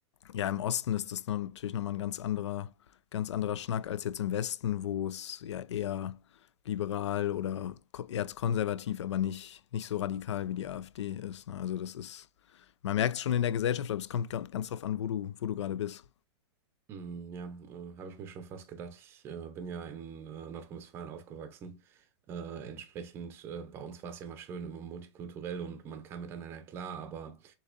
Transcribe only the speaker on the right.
Mm, Ja, äh, habe ich mir schon fast gedacht. Ich äh, bin ja in äh, Nordrhein-Westfalen aufgewachsen. Äh, entsprechend, äh, bei uns war es ja mal schön, immer multikulturell und man kam miteinander klar. Aber